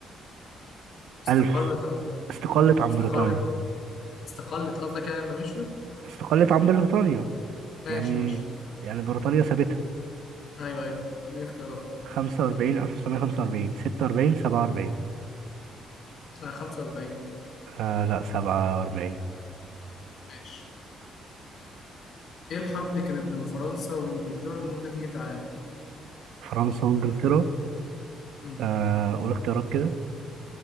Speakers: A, on the left; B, on the right.
A: استقرت
B: 1000
A: عن
B: استقلت عن
A: استقرت
B: بريطانيا
A: استقلت قصدك يعني لما مشيوا
B: استقلت عن بريطانيا
A: ماشي
B: يعني
A: ماشي
B: يعني بريطانيا سابتها
A: ايوه ايوه اديني اختيارات
B: 45 1945 46 47
A: آه 45
B: آه لا 47
A: ماشي ايه الحرب اللي كانت بين فرنسا وانجلترا لمدة 100 عام
B: فرنسا وانجلترا
A: مم.
B: آه قول اختيارات كده